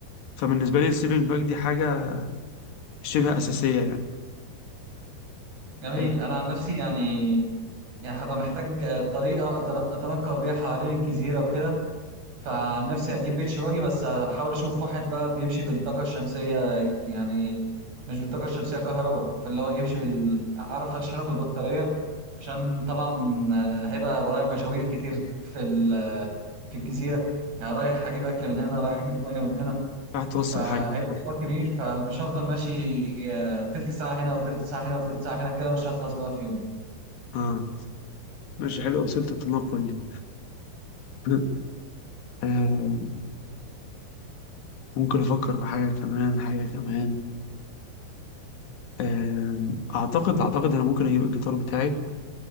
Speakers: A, on the left (about 85°); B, on the right (about 85°).
A: فبالنسبة لي السليبنج باج دي حاجة شبه أساسية يعني
B: جميل
A: آه،
B: انا عن نفسي يعني يعني هبقى محتاج آه، طريقه أتن- اتنقل بيها حوالين الجزيره وكده فعن نفسي هجيب بيتش باجي بس هحاول اشوف واحد بقى بيمشي بالطاقه الشمسيه يعني مش بالطاقه الشمسيه كهرباء فاللي هو يمشي بال اعرف اشحنه بالبطاريه عشان طبعا آه، هيبقى ورايا مشاوير كتير في ال- في الجزيره يعني رايح اجيب اكل من هنا رايح اجيب ميه من هنا
A: راح توصل
B: فهيبقى
A: حاجة
B: حوار كبير فمش هفضل ماشي آه، تلت ساعة هنا وتلت ساعة هنا وتلت ساعة هنا كده مش هخلص بقى في يوم
A: اه ماشي حلوة وسيلة التنقل دي <laughs> آه، ممكن أفكر في حاجة كمان حاجة كمان آه، أعتقد أعتقد أنا ممكن أجيب الجيتار بتاعي